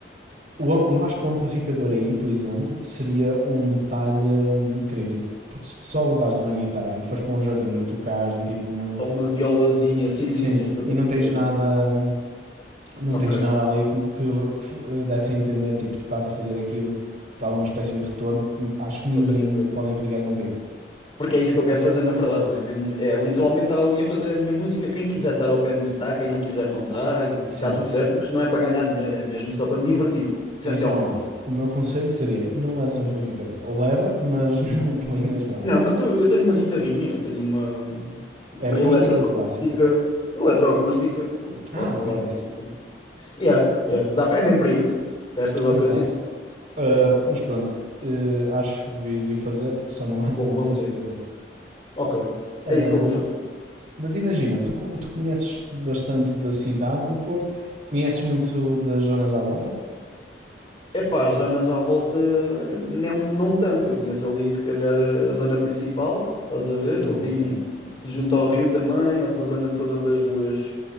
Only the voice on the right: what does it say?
o, eu acho que o amplificador aí, por exemplo, seria um detalhe hum, crítico. Porque se tu só levares uma guitarra e fores para um jardim e tocares e tipo não
Sim,
e não
tens nada. hum, não
tens nada ali que, que, que eh, desse a entender, tipo, tu estás a fazer aquilo para alguma espécie de retorno, acho que ninguém
pode implicar contigo.
Sim.
Então, olha, o meu conselho seria não leves o amplificador. Ou leva, mas <laughs> não ponhas lá.
É acústica
ou clássica?
Ah, ok,
nice.
Exato. Uh,
mas pronto, uh, acho que devias de o fazer, só não <laughs> leves
o
amplificador.
Um,
mas imagina, tu, tu conheces bastante da cidade do Porto, conheces muito das zonas à volta?
Ok.